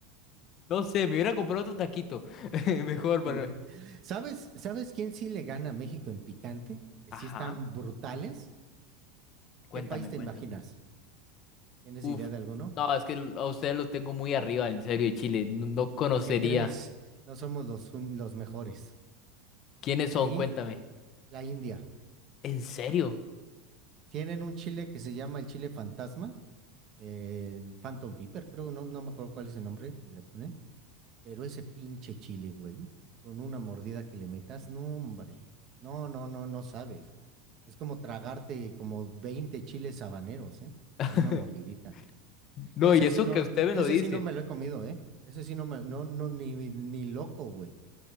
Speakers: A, on the left (about 40°); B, on the right (about 40°).
A: No sé, me hubiera comprado otro taquito. <laughs> Mejor,
B: Sí.
A: pero.
B: ¿Sabes, sabes quién sí le gana a México en picante? Que
A: Ajá.
B: sí están brutales.
A: Cuéntame,
B: ¿Qué país te
A: cuéntame.
B: imaginas? ¿Tienes idea
A: Uf.
B: de alguno?
A: No, es que a ustedes lo tengo muy arriba, en serio, de Chile. No, no conocería.
B: Pues, ¿qué crees? No somos los, un- los mejores.
A: ¿Quiénes
B: Ahí,
A: son? Cuéntame.
B: la India.
A: ¿En serio?
B: Tienen un chile que se llama el chile fantasma, el Phantom pepper creo, no, no me acuerdo cuál es el nombre que le ponen, pero ese pinche chile, güey, con una mordida que le metas, no, hombre, no, no, no, no sabes. Es como tragarte como 20 chiles habaneros, ¿eh?
A: <laughs>
B: En una mordidita.
A: No,
B: Ese
A: y eso
B: sí no,
A: que usted me
B: ese
A: lo dice.
B: sí no me lo he comido, ¿eh? Ese sí no me, no, no, ni, ni loco, güey,